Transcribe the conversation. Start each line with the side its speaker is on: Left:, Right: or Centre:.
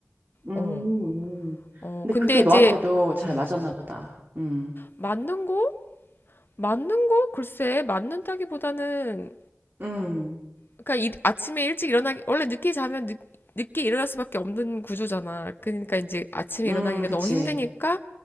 Right: 음.
Left: 어,
Right: 음.
Left: 어,
Right: 근데
Left: 근데
Right: 그게
Left: 이제,
Right: 너한테도 잘
Left: 음,
Right: 맞았나 보다. 음,
Left: 맞는 거? 맞는 거? 글쎄, 맞는다기보다는,
Right: 음,
Left: 그러니까 이- 아침에 일찍 일어나기 원래 늦게 자면 늦, 늦게 일어날 수밖에 없는 구조잖아. 그러니까 이제 아침에
Right: 음,
Left: 일어나기가
Right: 그치.
Left: 너무 힘드니까